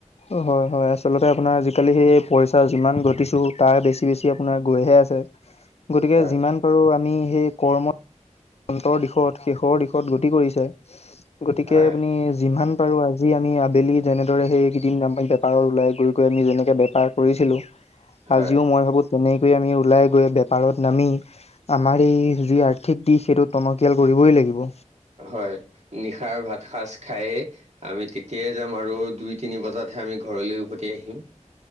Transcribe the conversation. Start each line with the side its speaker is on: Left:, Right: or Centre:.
Left: অ হয়, হয়। আচলতে আপোনাৰ আজি-কালি সেই পইচা যিমান ঘটিছোঁ তাৰ বেছি বেছি আপোনাৰ গৈহে আছে। গতিকে
Right: হয়
Left: যিমান পাৰো আমি সেই কৰ্মত অন্তৰ দিশত শেষৰ দিশত গতি কৰিছে গতিকে
Right: হয়
Left: আপুনি যিমান পাৰো আজি আমি আবেলি যেনেদৰে সেই কেইদিন বেপাৰৰ ওলাই গৈ গৈ আমি যেনেকে বেপাৰ কৰিছিলো।
Right: হয়
Left: আজিও মই ভাবো তেনেকৈ আমি ওলাই গৈ বেপাৰত নামি আমাৰ এই যি আৰ্থিক দিশ সেইটো টনকিয়াল কৰিবই লাগিব।
Right: হয়, নিশাৰ ভাত সাজ খাইয়ে আমি তেতিয়াই যাম আৰু দুই, তিনি বজাতহে আমি ঘৰলে উভতি আহিম।